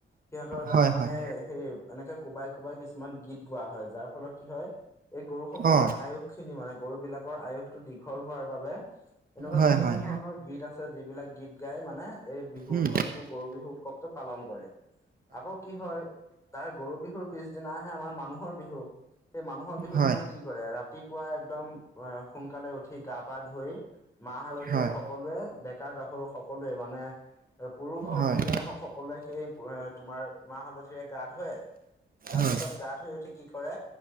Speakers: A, on the left; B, on the right.
A: সিহঁতৰ গাত
B: হয়
A: মানে
B: হয়
A: সেই এনেকে কোবাই-কোবাই কিছুমান গীত গোৱা হয়, যাৰ ফলত কি হয় এই গৰু সকলৰ
B: অ
A: আয়ুস খিনি মানে গৰু বিলাকৰ আয়ুসটো দীঘল হোৱাৰ বাবে এনেকুৱা
B: হয়
A: বিভিন্ন
B: হয়
A: ধৰণৰ গীত আছে যিবিলাক গীত গাই মানে এই বিহু
B: উম
A: উৎসৱ গৰু বিহু উৎসৱটো পালন কৰে। আকৌ কি হয় তাৰ গৰু বিহুৰ পিছদিনাহে আমাৰ মানুহৰ বিহু সেই মানুহৰ বিহুৰ
B: হয়
A: দিনা কি কৰে ৰাতিপুৱাই একদম অ' সোনকালে উঠি উঠি গা পা ধুই মাহ হালধিৰে
B: হয়
A: সকলোৱে ডেকা-গাভৰু সকলোৱে মানে পুৰুষ হওক
B: হয়
A: মহিলা হওক সকলোৱে সেই তোমাৰ মাহ হালধিৰে গা ধুৱে। তাৰ
B: হয়
A: পিছত গা ধুই উঠি কি কৰে